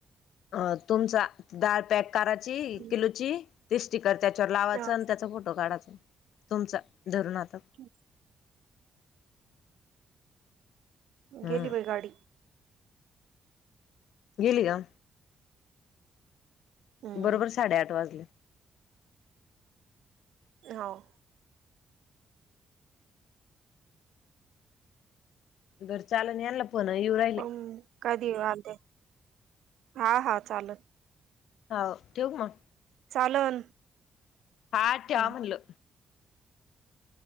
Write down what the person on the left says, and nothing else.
अ तुमचा डाळ पॅक कराची एक
किलोची ते स्टिकर त्याच्यावर लावाच
आणि त्याचा फोटो काढाचा तुमचा धरून हातात
हम्म
गेली का?
बरोबर साडेआठ वाजले.
बरं चालण यांला फोन येऊ राय
हाव ठेऊ का मग
हा ठेवा
म्हटल.